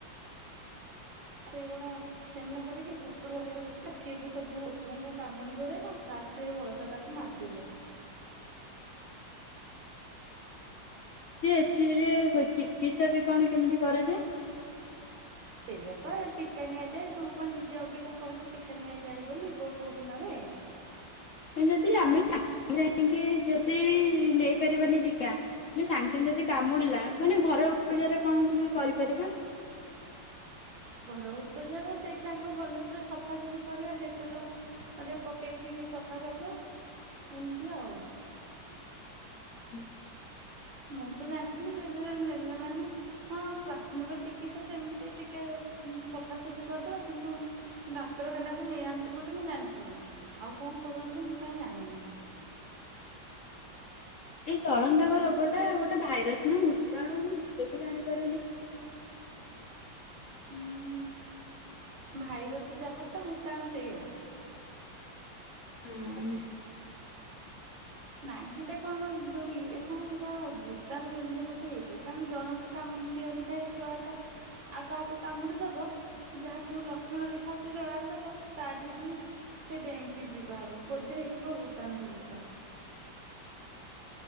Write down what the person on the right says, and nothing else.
ସେ କଣ <unintelligible> କରିକି କୁକୁର ଭଳିଆ ଭୋକେ ସିଏ ବି ସବୁ ଲୋକଙ୍କୁ କାମୁଡି ଗୋଡେଇଲା ଲାଷ୍ଟ ହଳଦ ଟାକୁ ମାରିଦେଲେ।
ସେଇଆ ପା ଟୀକା ନିଆଯାଏ। ତୁ ପା ନିଜେ ଅବିକା କହିଲୁ ଟୀକା ନିଆଯାଏ ବୋଲି କୋଉ କୋଉ ଦିନରେ।
ଘରଇ ଉପଚାର ସେଇଠି ଆଗ ଭଲସେ ସଫାସଫି କରିବା ଡେଟଲ ରେ ପକେଇକି ସଫା କରିବା ଏମତି ଆଉ।
ମୁଁ ତ ଜାଣିଥିଲି ସେରା ନେଲା ମାନେ ହଁ ପ୍ରାଥମିକ ଚିକିତ୍ସା ସେମତି ଟିକେ ସଫାସଫି କରିଦବା, କିନ୍ତୁ ଡାକ୍ତରଖାନା କୁ ନେଇଆନ୍ତି ବୋଲି ମୁଁ ଜାଣିଥିଲି। ଆଉ କଣ କରନ୍ତି ମୁଁ କାଇଁ ଜାଣିନି।
ଉଁ ଭାଇରସ ଯାହା ତ ଭୂତାଣୁ ସେଇଆ।
ନାଇଁ ହେଟା କଣ ଯୋଉ ଇଏ ହଁ ହେଟା ଭୂତାଣୁ ଜନିତ ବୋଧେ ହେଇଥିବ, କାରଣ ଜଣକୁ <unintelligible> ଛୁଆ ଟା ଆଉ କାହାକୁ କାମୁଡି ଦବ ଯାହାକୁ ଲକ୍ଷଣ ଦେଖାଯାଉଚି ଜଳାନ୍ତକ ତାଠି ବି ସେ ଡ଼େଇଁକି ଯିବାହାରି ବୋଧେ ହେଇଥିବ ଭୂତାଣୁ ଜନିତ।